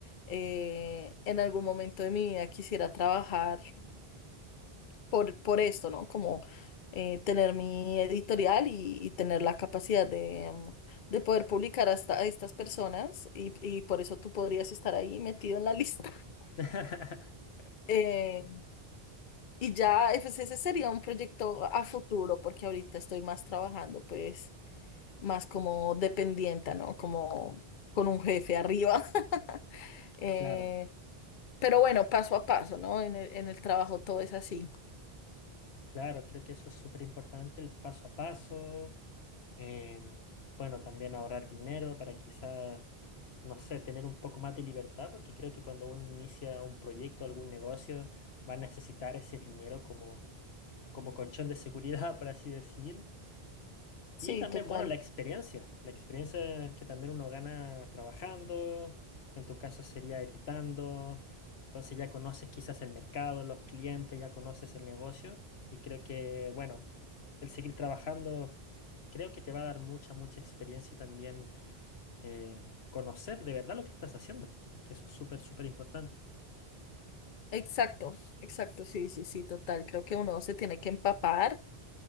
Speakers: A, on the left (about 55°); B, on the left (about 85°).
A: eh, en algún momento de mi vida quisiera trabajar por, por esto, ¿no? Como eh, tener mi editorial y, y tener la capacidad de, mm, de poder publicar hasta a estas personas y, y por eso tú podrías estar ahí metido en la lista. <laughs>
B: <laughs>
A: Eh, y ya, pues, ese sería un proyecto a futuro, porque ahorita estoy más trabajando, pues más como dependienta, ¿no? Como con un jefe arriba. <laughs> Eh,
B: Claro,
A: pero bueno, paso a paso, ¿no? En el, en el trabajo todo es así.
B: claro, creo que eso es súper importante, el paso a paso, Em, bueno, también ahorrar dinero para quizás, no sé, tener un poco más de libertad, porque creo que cuando uno inicia un proyecto, algún negocio, va a necesitar ese dinero como, como colchón de seguridad, <laughs> por así decir.
A: Sí,
B: Y también,
A: total.
B: bueno, la experiencia, la experiencia que también uno gana trabajando, en tu caso sería editando, entonces ya conoces quizás el mercado, los clientes, ya conoces el negocio y creo que, bueno, el seguir trabajando creo que te va a dar mucha, mucha experiencia y también eh, conocer de verdad lo que estás haciendo, que eso es súper, súper importante.
A: Exacto, exacto, sí, sí, sí, total. Creo que uno se tiene que empapar